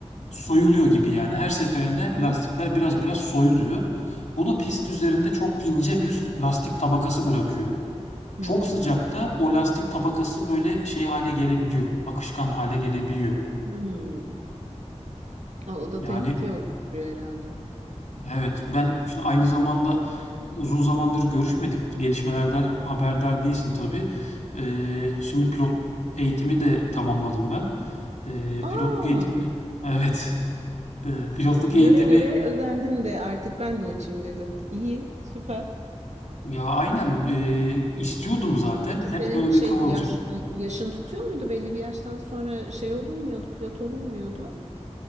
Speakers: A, on the left; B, on the right.
A: Soyuluyor gibi yani. Her seferinde
B: Hı hı.
A: lastikler biraz biraz soyuluyor. Bu da pist üzerinde çok ince bir lastik tabakası bırakıyor.
B: Hı.
A: Çok sıcakta o lastik tabakası böyle şey hale gelebiliyor. Akışkan hale gelebiliyor.
B: Hı. O, o da
A: Yani
B: tehlikeye oturuyor herhalde.
A: evet ben şimdi aynı zamanda uzun zamandır görüşmedik. Gelişmelerden haberdar değilsin tabii. Ee, şimdi pilot eğitimi de tamamladım ben. Ee, pilotluk
B: Aa,
A: eğitimini evet e, pilotluk
B: göre
A: eğitimi
B: göre özendim de artık ben de uçayım dedin. İyi, süper.
A: Ya aynen eee, istiyordum zaten.
B: Peki senin
A: Hep böyle
B: şey
A: bir kıvılcım.
B: yaş yaşın tutuyor muydu belli bir yaştan sonra şey olunmuyordu, pilot olunmuyordu?